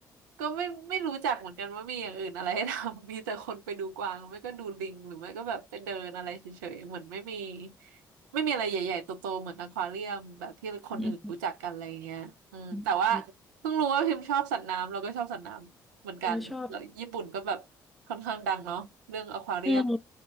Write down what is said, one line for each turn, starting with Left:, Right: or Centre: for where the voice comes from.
Right: ก็ไม่ไม่รู้จักเหมือนกันว่ามีอย่างอื่นอะไรให้ทำ <laughs> มีแต่คนไปดูกวางไม่ก็ดูลิงหรือไม่ก็แบบไปเดินอะไรเฉยๆเหมือนไม่มีไม่มีอะไรใหญ่ๆโตๆเหมือนอควาเรียมแบบที่คนอื่นรู้จักกันอะไรเงี้ยอืมแต่ว่า
Centre: อืมอม
Right: เพิ่งรู้ว่าพิมพ์ชอบสัตว์น้ำเราก็ชอบสัตว์น้ำเหมือนกันแล้วญี่ปุ่นก็แบบค่อนข้างดังเนาะเรื่องอควาเรียม
Centre: อืมชอบ อืม